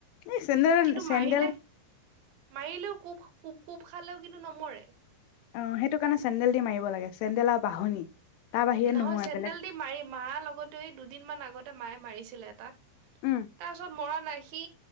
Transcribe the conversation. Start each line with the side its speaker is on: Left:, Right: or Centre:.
Left: এই চেণ্ডেল
Right: কিন্তু
Left: চেণ্ডেল
Right: মাৰিলে মাৰিলেও কোব কোব কোব খালেও কিন্তু নমৰে?
Left: অ' সেইটো কাৰণে চেণ্ডেল দি মাৰিব লাগে চেণ্ডেল আৰু বাহনি। তাৰ বাহিৰে
Right: নহয়,
Left: নোমোৱাই
Right: চেন্দেল
Left: বেলেগ
Right: দি মাৰি মৰাৰ লগতে দুদিন মান আগতে মায়ে মাৰিছিলে এটা
Left: উম
Right: তাৰপিছত মৰা পাসি।